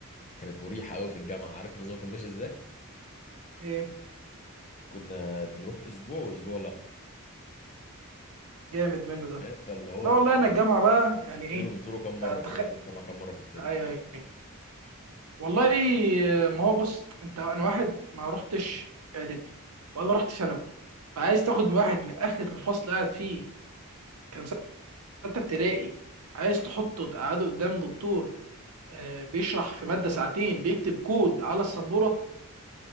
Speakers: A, on the left; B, on the right.
A: كانت مريحه قوي في الجامعه عارف النظام كان ماشي ازاي
B: ايه
A: كنا بنروح اسبوع واسبوع لا
B: جامد منه ده
A: فاهم فاللي هو
B: لا
A: انت
B: والله انا الجامعه بقى يعني
A: الترم
B: ايه
A: بتزوره كام مره
B: أتخ...
A: كده بتزور الجامعه كام مره في الترم
B: ايوه ايوه أيوة. والله ما هو بص انت انا واحد ما رحتش اعدادي ولا رحت ثانوي فعايز تاخد من واحد من اخر فصل قاعد فيه كان ستة ابتدائي عايز تحطه تقعده قدام دكتور آه، بيشرح في مادة ساعتين بيكتب كود على السبورة